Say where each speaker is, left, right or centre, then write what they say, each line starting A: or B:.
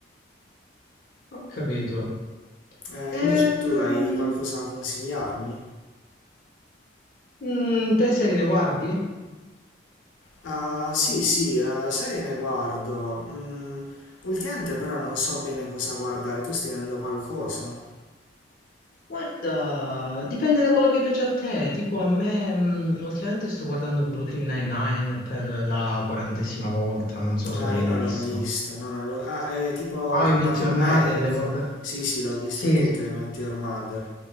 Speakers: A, on the left; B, on the left.
A: Ho capito.
B: Eh,
A: Ehm,
B: invece tu hai qualcosa da consigliarmi?
A: mm, te serie ne guardi?
B: Ah, sì, sì, eh, serie ne guardo. Mm, ultimamente però non so bene cosa guardare, tu stai vedendo qualcosa?
A: Guarda, dipende da quello che piace a te. Tipo a me, mh, ultimamente sto guardando Brooklyn Nine-Nine per la quarantesima volta, non so
B: No,
A: se l'hai
B: io
A: mai
B: non
A: visto.
B: l'ho visto. No, non l'ho... Ah, è tipo
A: Ah, I
B: una
A: Meet
B: con
A: Your Mother,
B: me. è
A: l'hai guardato?
B: con- Sì, sì, l'ho visto
A: Sì.
B: tutto di Met Your Mother.